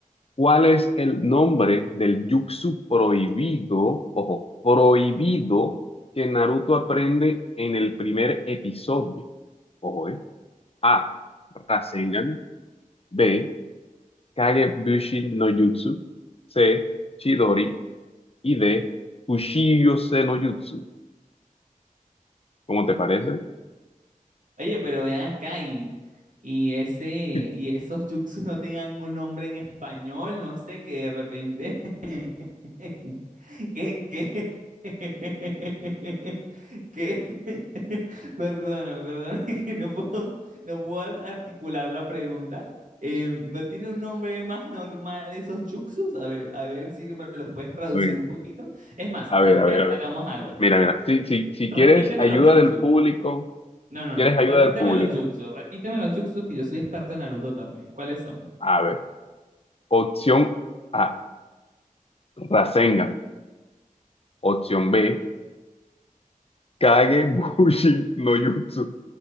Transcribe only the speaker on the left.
¿Cuál es el nombre del jutsu prohibido, ojo, prohibido que Naruto aprende en el primer episodio? Ojo, ¿eh? A. Rasengan. B. Kagebushi no Jutsu. C. Chidori. Y D. Kushiyose no Jutsu. ¿Cómo te parece?
<laughs>
A ver,
a
ver, a
ver, a ver.
Mira,
mira, si, si, si
quieres ayuda
del público,
quieres
ayuda del público.
A ver, opción A, Rasengan. Opción B, Kage Bushi no Jutsu.